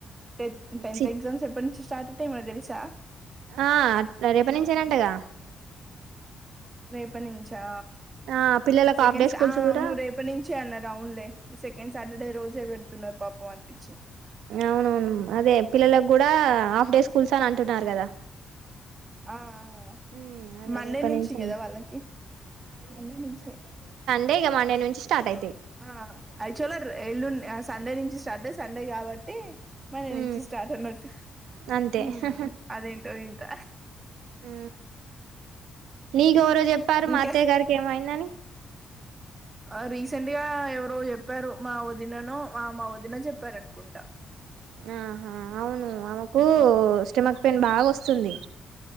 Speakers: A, on the right (about 30°); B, on the right (about 85°).
A: టెన్ టెన్త్
B: సి
A: ఎక్జామ్స్ ఎప్పటినుంచి స్టార్ట్? టె ఏమన్నా తెలుసా?
B: ఆ రేపన్నుంచే నంటగా
A: రేప నుంచా
B: ఆ పిల్లలకు
A: సెకండ్ట్స్
B: హాఫ్ డే స్కూల్స్
A: ఆ అవును
B: కూడా
A: రేప నుంచే అన్నరు అవున్ లే, సెకండ్ సాటర్డే రోజే పెడుత్ తున్న పాపం ఆంటీ
B: అవునవును అదే పిల్లల గుడ హాఫ్ డే స్కూల్స అని అంటున్నారు కదా.
A: ఆ ఆ
B: ఉమ్ అదే
A: మండే
B: రేపటి
A: నుంచి కదా
B: అన్న
A: వాళ్ళకి, మండే నుంచే
B: డేగా మండే నుంచి స్టార్ట్ అయితాయి
A: ఆ యాక్చువల్ గా ఎల్లుండ్, ఆ సండే నుంచి స్టార్డే సండే కాబట్టి మండే
B: హు
A: నుంచి స్టార్ట్ అన్నట్టు
B: అంతే
A: ఉమ్
B: హ హా
A: అదేంటో వింత
B: హు నీకు ఎవరో చెప్పారు
A: ఇంకా
B: మా అత్తయ్య గారికి ఏమొ ఆఇందని
A: ఆ రీసెంట్ గా ఎవరో చెప్పారు మా వదిననో మా మా వదిన చెప్పారనుకుంటా
B: ఆహా అవును ఆమెక్ కు
A: ఉ-
B: స్టమక్ పెయిన్ బాగా వస్తుంది